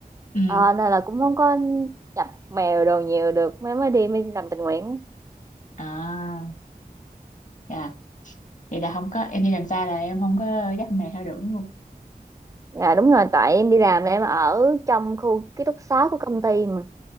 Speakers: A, on the left; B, on the right.
A: ừ
B: ờ, nên là cũng không có chập mèo đồ nhiều được mới mới đi mới làm tình nguyện á.
A: à dạ vậy là không có em đi làm xa là em không có dắt mèo theo được đúng không
B: Dạ đúng rồi, tại em đi làm là em ở trong khu ký túc xá của công ty mà.